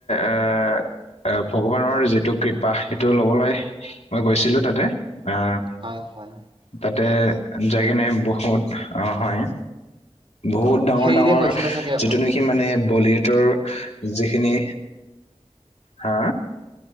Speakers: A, on the left; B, on the right.
A: এ এ ভগৱানৰ যিটো কৃপা সেইটো ল'ব মই গৈছিলো তাতে অ',
B: হয় হয়
A: তাতে যায় কিনে বহুত হয় বহুত
B: অ
A: ডাঙৰ
B: ফেৰীৰে
A: ডাঙৰ
B: গৈছিলে চাগে আপুনি
A: যিটো নেকি মানে বলিউড ৰ যিখিনি হা